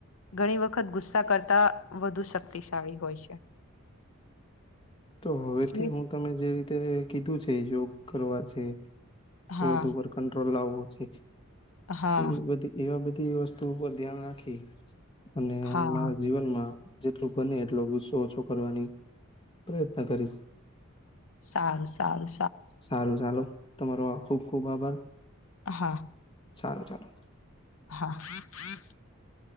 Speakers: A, on the left; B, on the left.
A: ઘણી વખત ગુસ્સા કરતા વધુ શક્તિશાળી હોય છે.
B: તો હવેથી
A: એટલે
B: હું તમે જે રીતે કીધું છે યોગ કરવા છે. ક્રોધ
A: હા
B: ઉપર કંટ્રોલ લાવવો છે,
A: હા
B: એ બધ એવા બધી વસ્તુ ઉપર ધ્યાન રાખી, અને
A: હા
B: મારા જીવનમાં. જેટલું બને એટલો ગુસ્સો ઓછો કરવાની પ્રયત્ન કરીશ.
A: સારું સારું.
B: સારું ચાલો તમારો ખુબ ખુબ આભાર.
A: હા.
B: સારું ચાલો.
A: હા.